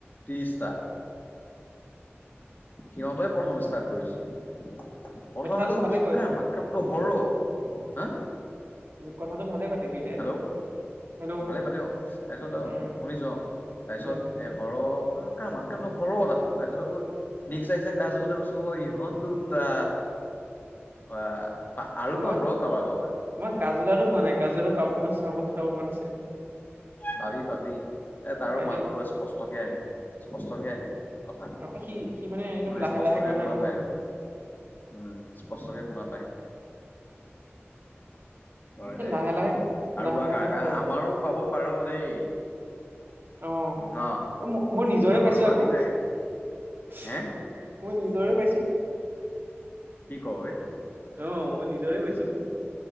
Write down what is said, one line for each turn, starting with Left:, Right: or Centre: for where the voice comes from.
Left: ত্ৰিশটা। সিহঁতেই প্ৰথম ষ্টাৰ্ট কৰিছো প্ৰথম
Right: কথাটো
Left: এইডাল
Right: ভালে কয়,
Left: কাৰ মাত বোলো হৰ। হা?
Right: কথাটো ভালে পাতে দুইটাই।
Left: হেল্ল'
Right: হেল্ল'
Left: ভালে পাতে অ' তাৰপিছত আহ
Right: উম,
Left: শুনিছো অ' তাৰপিছত
Right: উম,
Left: এ হৰ কাৰ মাত <unintelligible> হৰ দেখোন। তাৰপিছত আকৌ মিক্স আহিছে কাজু দেখিচো অ' ইহঁত দুটা। আ বাহ! আৰু পাম
Right: মই
Left: ৰ কাৰোবাৰ কাৰোবাৰ
Right: মই কাজু দাৰটো পোৱা নাই কাজু দাৰটো ৰ পাব চাব চাব মন আছে।
Left: পাবি পাবি এ তাৰো
Right: পাই
Left: মাতবোৰ
Right: যাম।
Left: স্পষ্টকে আহে স্পষ্টকে আহে। কথা
Right: অ সি সি একদম
Left: মানে
Right: লাহে
Left: স্পষ্টকে
Right: লাহে কয়
Left: শুনা
Right: না কথাবিলাক
Left: পাই আৰু। উম, স্পষ্টকে শুনা পাই। হয়
Right: এই
Left: দে।
Right: লাহে লাহে
Left: আৰু
Right: লাহে
Left: বা
Right: লাহে
Left: কাৰ
Right: কথা
Left: কাৰ
Right: কয়
Left: আমাৰো
Right: বৰ
Left: পাব পাৰ দেই।
Right: অ',
Left: ন
Right: ম-মই নিজৰে
Left: আমাৰো
Right: পাইছো
Left: পাবি
Right: আকৌ।
Left: চাগে
Right: মই
Left: হে
Right: নিজৰে পাইছো।
Left: কি ক' বে?
Right: অ', মই নিজৰে পাইছো।